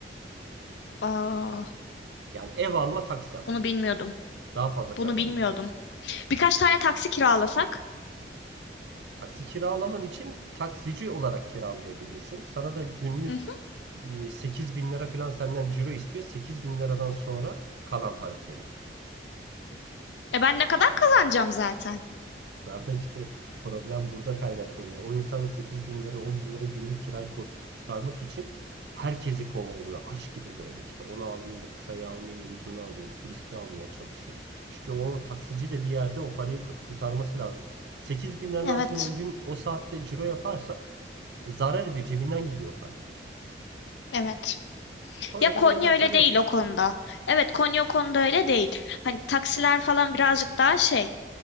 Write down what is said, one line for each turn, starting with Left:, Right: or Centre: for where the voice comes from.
Left: Aa
Right: Yani ev alma taksi al.
Left: bunu bilmiyordum.
Right: Daha fazla kazandırıyor.
Left: Bunu bilmiyordum. Birkaç tane taksi kiralasak.
Right: Taksi kiralaman için taksici olarak kiralayabilirsin. Sana da günlük
Left: Hı hı.
Right: 8 bin lira falan senden ciro istiyor. 8 bin liradan sonra kalan para senin.
Left: E ben ne kadar kazanacağım zaten?
Right: Zaten işte problem burada kaynaklanıyor. O insan o 8 bin lira 10 bin lira günlük kirayı kurt- kurtarmak için herkesi kovalıyor. Aç gibi böyle işte onu alayım da kısayı almayayım da uzunu alayım. Turisti almaya çalışayım. Çünkü o taksici de bir yerde o parayı k- kurtarması lazım. 8 bin liranın
Left: Evet.
Right: altında o gün o saatte ciro yaparsa zarar ediyor. Cebinden gidiyor o para.
Left: Evet.
Right: Konya'da
Left: Ya Konya
Right: böyle dertler
Left: öyle
Right: yoktur.
Left: değil o konuda. Evet Konya o konuda öyle değil. Hani taksiler falan birazcık daha şey.